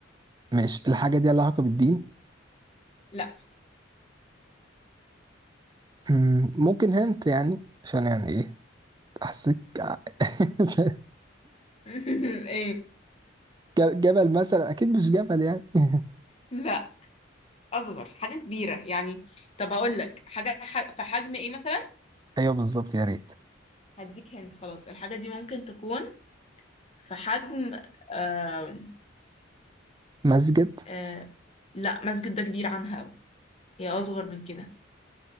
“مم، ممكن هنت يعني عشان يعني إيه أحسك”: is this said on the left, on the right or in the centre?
Right